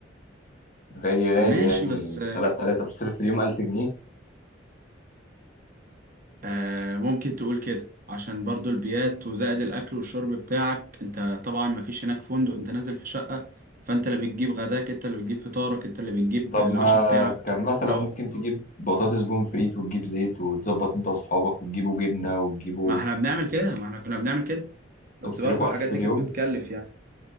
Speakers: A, on the left; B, on the right.
A: غالي
B: ماشي
A: غالي يعني
B: بس
A: 3000 بتصرف في اليوم 1000 جنيه
B: آه، ممكن تقول كده عشان برضو البيات وزائد الاكل والشرب بتاعك انت طبعا ما فيش هناك فندق انت نازل في شقة فانت اللي بتجيب غداك انت اللي بتجيب فطارك انت اللي بتجيب
A: طب
B: العشاء
A: ما
B: بتاعك
A: كان مثلا
B: لو
A: ممكن تجيب بطاطس بون فريت وتجيب زيت وتظبط انت واصحابك وتجيبوا جبنه وتجيبوا
B: ما احنا بنعمل كده ما احنا كنا بنعمل كده بس
A: طب تصرفوا
B: برضو الحاجات
A: 1000 في
B: دي
A: اليوم
B: كانت بتكلف يعني